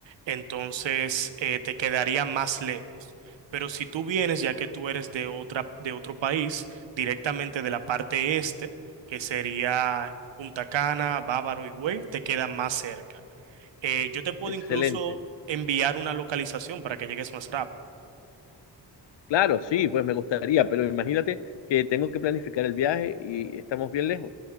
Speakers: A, on the right (about 80°); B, on the left (about 75°).
A: entonces eh, te quedaría más lejos. Pero si tú vienes, ya que tú eres de otra, de otro país, directamente de la parte este, que sería Punta Cana, Bávaro y Güey, te quedan más cerca. Eh, yo te puedo
B: Excelente.
A: incluso enviar una localización para que llegues más rápido.
B: Claro, sí, pues me gustaría, pero imagínate que tengo que planificar el viaje y estamos bien lejos.